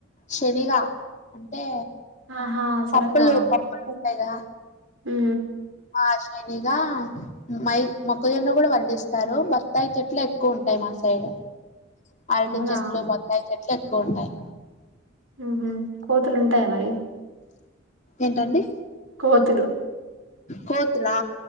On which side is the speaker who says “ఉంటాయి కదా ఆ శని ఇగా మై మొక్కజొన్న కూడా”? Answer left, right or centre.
Left